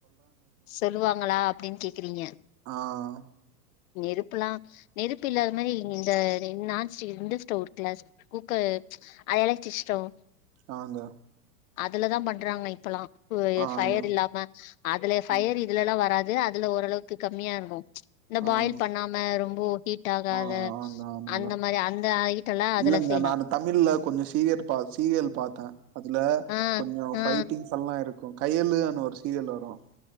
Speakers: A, on the left; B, on the right.
A: சொல்லுவாங்களா அப்டின்னு கே க்குறீங்க
B: ஆஹ்
A: நெருப்புல்லாம் நெருப்பு இல்லாத மாரி இந்த நான்ஸ்டிக் இந்த ஸ்டவ் இருக்குல குக்கர் <unintelligible>
B: ஆங்க
A: அதுலதா பண்றாங்க இப்பொல்லா
B: ஆங்க
A: ஃபயர் இல்லாம அதுல பயர்
B: ம்
A: இதுலல்லா வரா து அதுல ஓரளவுக்கு கம்மியா இருக்கு ப்ச் இந்த பாயில்
B: ஆ
A: பண்ணாம ரொம் போ ஹீட் ஆகாத
B: ஆ ஆங்க ஆமாங்க
A: அந்த மாரி அந்த ஐட்டல்லா அதுல
B: இல்லங்க
A: செய்யலா
B: நானு தமிழ்ல கொஞ்சோ சீரியல் பா சீரியல் பார்த்தே அதுல லா
A: ஆ
B: கொஞ்சோ
A: ஆ
B: ஃபைட்டிங்ஸ் எல்லா இருக்கூ கையளுனு ஒரு சீரியல் வரொ